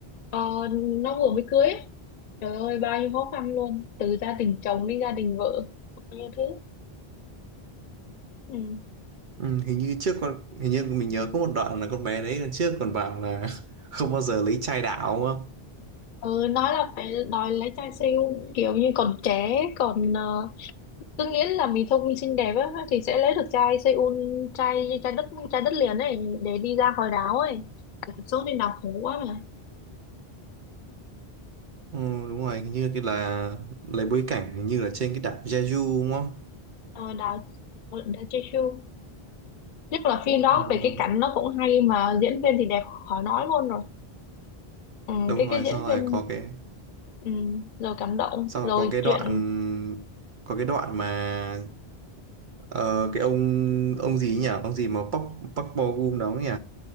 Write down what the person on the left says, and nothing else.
ờ, nó vừa mới cưới ấy. trời ơi bao nhiêu khó khăn luôn từ gia đình chồng đến gia đình vợ bao nhiêu thứ ừ.
ừ nói là phải đòi lấy trai siêu kiểu như còn trẻ còn ờ, cứ nghĩ là mình thông minh xinh đẹp á thì sẽ lấy được trai Seoul trai trai đất trai đất liền ấy để đi ra khỏi đảo ấy cuộc sống trên đảo khổ quá mà
ờ, đảo đảo Jeju nhất là phim đó
về cái cảnh nó cũng hay mà diễn viên thì đẹp khỏi nói luôn rồi ừ,
cái
cái diễn
viên
ừ, rồi cảm động
rồi
chuyện